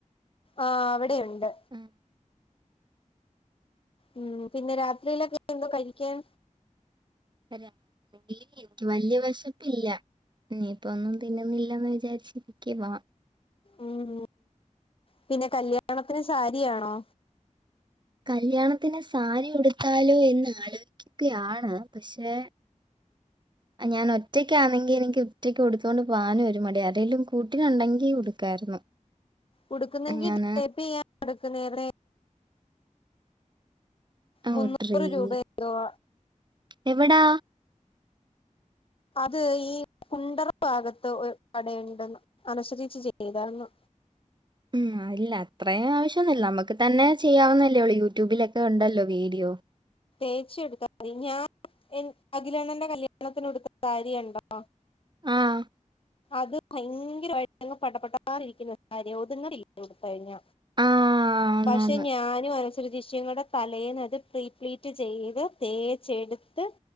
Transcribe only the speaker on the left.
ആഹ് അവിടെ ഉണ്ട്
ഉം പിന്നെ രാത്രിയിലൊക്കെ എന്തോ കഴിക്കാൻ
ഉം പിന്നെ കല്യാണത്തിന് സാരിയാണോ
ഉടുക്കുന്നെങ്കി
ഡ്രെയ്പ്പെയ്യാൻ കൊടുക്കുന്നേവിടെ മുന്നൂറ്
രൂപയെന്തോവ
അത് ഈ കുണ്ടറ ഭാഗത്ത് ഒരു കടയുണ്ട് അനശ്വരേച്ചി ചെയ്താര്ന്നു.
തേച്ച് എടുത്താമതി ഞാൻ അഖിലണന്റെ കല്യാണത്തിന് ഉടുത്ത സാരിയണ്ടോ?
അത് ഭയങ്കരമായിട്ട് പഠപടാന്നിരിക്കുന്ന സാരിയാ ഒത്ങ്ങിണില്ല ഉടുത്തു കഴിഞ്ഞ
പക്ഷെ
ഞാനും അനശ്വര ചേചിയും കൂടെ തലേന്ന് അത് പ്രീപ്ലീറ്റ് ചെയ്ത് തേച്ചെടുത്ത്